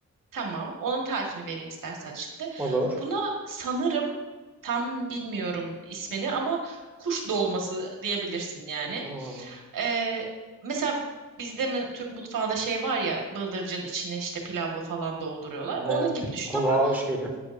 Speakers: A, on the right; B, in the centre.
A: Tamam. Onun tarifini vereyim istersen şimdi.
B: Olur.
A: Buna sanırım tam bilmiyorum ismini ama kuş dolması diyebilirsin yani.
B: Hı.
A: Ee, mesela bizde mi Türk mutfağında şey var ya bıldırcın içine işte pilavla falan dolduruyorlar.
B: Evet.
A: Onun gibi düşün
B: Kulağa
A: ama
B: hoş geliyor.